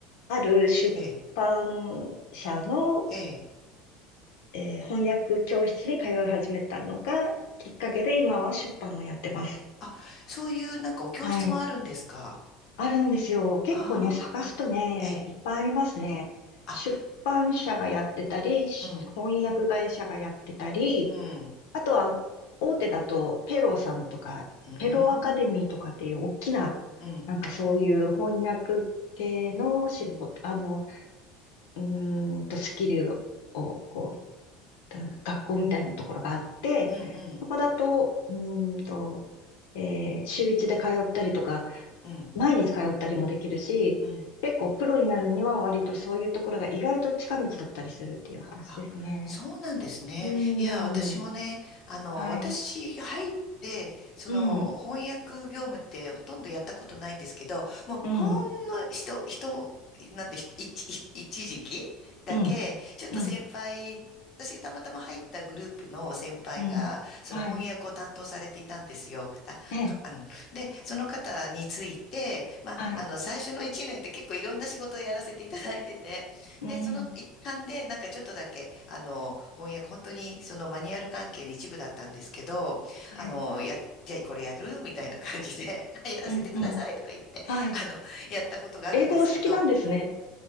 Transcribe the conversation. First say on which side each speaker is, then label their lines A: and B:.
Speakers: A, on the left; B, on the left.
A: ある出版社の、
B: ええ、え
A: えー翻訳教室に通い始めたのがきっかけで今は出版をやってます。
B: あ、そういう、なんかお教室もあるんですか
A: はい。あるんですよ。結構ね、
B: ああー、
A: 探すとね、
B: はい。え。
A: いっぱいありますね。
B: あ
A: 出版社がやってたり、し翻訳会社がやってたり、
B: うんうん。
A: あとは、大手だと、フェローさんとか、
B: うん。
A: フェローアカデミーとかっていう大きな、
B: うん。
A: なんかそういう翻訳系の仕事、
B: うん。
A: あの、うーんと、スキルを、こう、学校みたいなところがあって、
B: うん。うん。
A: そこだと、うーんと、えー週一で通ったりとか、
B: うん。
A: 毎日通ったりもできるし、
B: う
A: 結構プロになるには割とそういうところが意外と近道だったりするっていう話ですね。
B: ん。あ、そうなんですね。
A: うー
B: いや、私もね、
A: ん。
B: あの、
A: はい。
B: 私入って、その翻訳業務ってほとんどやったことないんですけど、
A: うん。
B: もうほんの人、
A: うん。
B: 人、なんて、ひ一、一一時期だけ、
A: うん、
B: ちょっと先輩、
A: うん、
B: 私がたまたま入ったグループの先輩が、
A: うん。
B: その翻訳を担当されていたんですよ。
A: はい。
B: あ、
A: ええ、
B: かあの、で、その方について、まあ、
A: はい。
B: あの、最初の一年って結構いろんな仕事をやらせていただいてて、
A: うん、
B: で、その一環で、なんかちょっとだけ、あの、翻訳、本当にそのマニュアル関係の一部だったんですけど、
A: はい。
B: あの、や、じゃあこれやるみたいな感じで、<laughs> あやらせてくださいとか言って、
A: うん、うん。はい。
B: あの、やったことがあるんですけど、
A: 英語お好きなんですね。